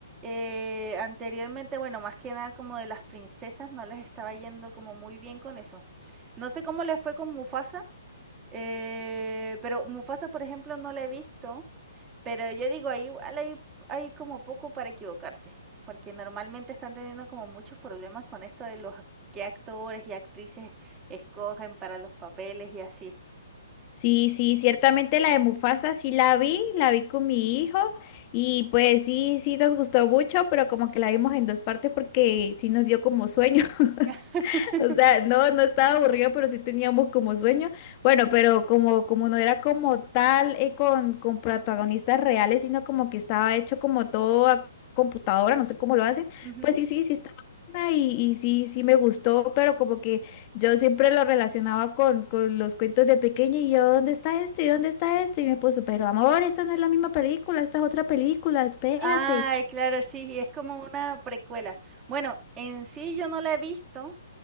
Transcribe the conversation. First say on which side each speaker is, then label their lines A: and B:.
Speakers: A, on the right; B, on the left.
A: eh, anteriormente, bueno, más que nada como de las princesas, no les estaba yendo como muy bien con eso. No sé cómo les fue con Mufasa, eh, pero Mufasa, por ejemplo, no la he visto. Pero yo digo, ahí igual hay, hay como poco para equivocarse, porque normalmente están teniendo como muchos problemas con esto de los ac- qué actores y actrices escogen para los papeles y así.
B: Sí, sí, ciertamente la de Mufasa sí la vi, la vi con mi hijo y pues sí, sí nos gustó mucho, pero como que la vimos en dos partes porque sí nos dio como sueño. <laughs>
A: <laughs>
B: O sea, no, no estaba aburrido, pero sí teníamos como sueño. Bueno, pero como, como no era como tal eh, con, con protagonistas reales, sino como que estaba hecho como todo a computadora, no sé cómo lo hacen.
A: Ujú.
B: Pues sí, sí, sí estaba buena y, y sí, sí me gustó, pero como que yo siempre lo relacionaba con, con los cuentos de pequeña y yo, ¿dónde está este? ¿Y ¿Dónde está este? Y me puso, pero amor, esta no es la misma película, esta es otra película, espérate.
A: Ah, claro, sí, es como una precuela. Bueno, en sí yo no la he visto,